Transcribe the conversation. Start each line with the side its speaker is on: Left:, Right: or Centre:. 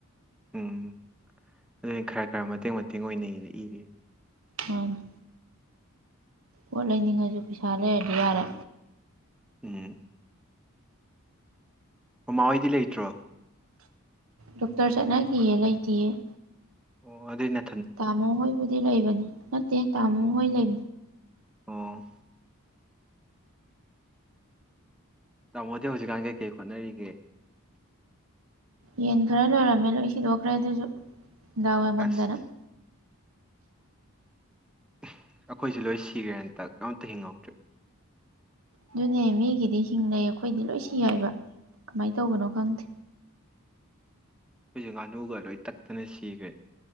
Centre: ꯎꯝ ꯑꯗꯨꯅꯤ ꯈꯔ ꯈꯔ ꯃꯇꯦꯡ ꯃꯇꯦꯡ ꯑꯣꯏꯅꯩꯅ ꯏꯔꯤꯅꯤ
Right: ꯃꯥꯅꯤ ꯄꯣꯠ ꯂꯩꯅꯤꯡꯉꯁꯨ ꯄꯩꯁꯥ ꯂꯩꯔꯗꯤ ꯌꯥꯔꯦ
Centre: ꯎꯝ ꯃꯃꯥ ꯍꯣꯏꯗꯤ ꯂꯩꯇ꯭ꯔꯣ
Right: ꯗꯣꯛꯇꯔ ꯆꯠꯅꯈꯤꯌꯦ ꯂꯩꯇꯤꯌꯦ
Centre: ꯑꯣ ꯑꯗꯨꯢ ꯅ
Right: ꯇꯥꯃꯣ ꯍꯣꯏꯕꯨꯗꯤ ꯂꯩꯕꯅꯤ ꯅꯠꯇꯦ ꯇꯥꯃꯣ
Centre: ꯑꯣ
Right: ꯍꯣꯏ ꯂꯩ
Centre: ꯑꯣ ꯇꯥꯃꯣꯗꯤ ꯍꯧꯖꯤꯛꯀꯥꯟ ꯀꯩꯀꯩ ꯍꯣꯠꯅꯔꯤꯒꯦ
Right: ꯌꯦꯟ ꯈꯔ ꯂꯣꯏꯔꯝꯃꯦ ꯂꯣꯏ ꯁꯤꯗꯣꯛꯈ꯭ꯔꯦ ꯑꯗꯨꯖꯨ ꯗꯥꯎ ꯌꯥꯃꯟꯗꯅ
Centre: ꯑꯁ
Right: <inaudible>
Centre: ꯑꯩꯈꯣꯏꯁꯨ ꯂꯣꯏ ꯁꯤꯒ꯭ꯔꯦ ꯍꯟꯇꯛ ꯑꯝꯇ ꯍꯤꯡꯍꯧꯗ꯭ꯔꯦ
Right: ꯑꯗꯨꯅꯦ ꯃꯤꯒꯤꯗꯤ ꯍꯤꯡꯅꯩ ꯑꯩꯈꯣꯏꯗꯤ ꯂꯣꯏ ꯁꯤ ꯍꯥꯏꯕ ꯀꯃꯥꯏꯅ ꯇꯧꯕꯅꯣ ꯈꯪꯗꯦ
Centre: ꯈꯣꯏꯖꯨ ꯉꯥꯅꯨꯒ ꯂꯣꯏ ꯇꯠꯇꯅ ꯁꯤꯒ꯭ꯔꯦ